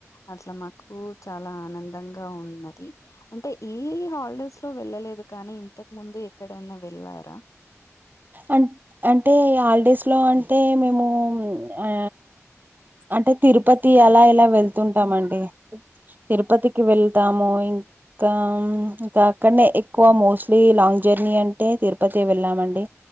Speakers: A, on the left; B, on the right.
A: అట్లా మాకు చాలా ఆనందంగా ఉన్నది అంటే ఇ హాలిడేస్ లో వెళ్ళలేదు కానీ ఇంతకు ముందు ఎక్కడైనా వెళ్లారా
B: అం అంటే హాలిడేస్ లో అంటే మేము ఆ అంటే తిరుపతి ఆలా ఇలా వెళ్తుంటాము అండి తిరుపతికి వెళ్తాము ఇంకా ఇంకా అక్కడనే ఎక్కువ మోస్ట్లీ లాంగ్ జర్నీ అంటే తిరుపతే వెళ్ళామండి